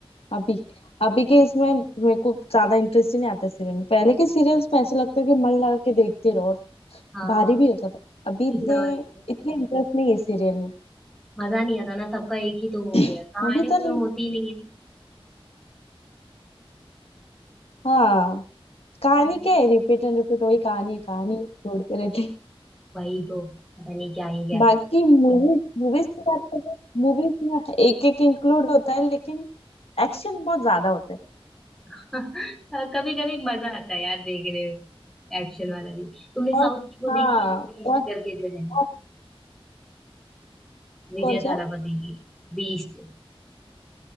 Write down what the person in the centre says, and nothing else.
हाँ
<laughs>
और क्या।
मजा नहीं आता ना सबका एक ही तो हो
गया कहानी
उनमें
होती ही नहीं है
हम्म।
वही तो पता नहीं क्या ही क्या
<laughs> कभी कभी मजा आता है यार देखने में एक्शन वाला भी तुमने
साउथ की वो
देखी है बीस्ट
करके जो है
विजय
थालापति
की बीस्ट